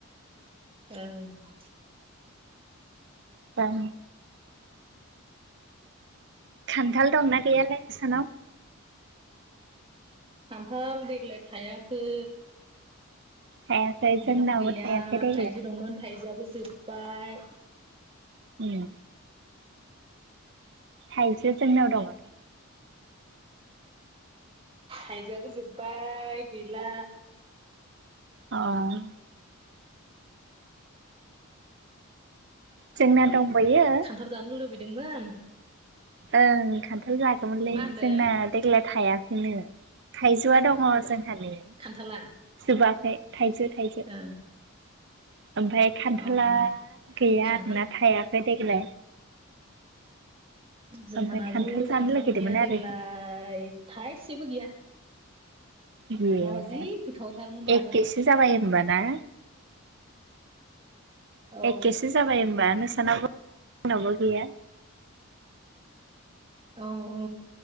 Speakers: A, on the right; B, on the right.
A: औ
B: <unintelligible> खान्थाल दंना गैयालै बेसानाव
A: खान्थाल देग्लाय थायाखै
B: थायाखै
A: खान्थाल
B: जोंनावबो
A: गैया
B: थायाखै देग्लाय
A: थाइजौ दंमोन थाइजौआबो जोब्बाय
B: ओम थाइजौ जोंनाव दङ
A: थाइजौ आबो जोबबाय गैला
B: ओ जोंना दंबायो
A: खान्थाल जानो लुबैदोंमोन
B: ओ खान्थाल जागौमोनलै
A: मा होनदों
B: जोंना देग्लाय थाइआखैनो थाइजौआ दङो जोंहानि
A: खान्थाला
B: जोबाखै थाइसे थाइनै
A: ओ
B: आमफाय खान्थाला
A: औ औ
B: गैया
A: खान्थाल
B: आरोना थाइआखै देग्लाय
A: जोंहानाबो
B: ओमफ्राय जानो
A: खान्थाल
B: लुगैदोंमोन
A: गैया देग्लाय
B: आरो
A: थाइसेबो गैया नंआबा
B: ए
A: जि गोथावथारमोन जानो
B: एखेसो जाबाय होनबा ना
A: औ
B: एखेसो जाबाय होमबा नोंसानावो जोंनावबो गैया
A: औ औ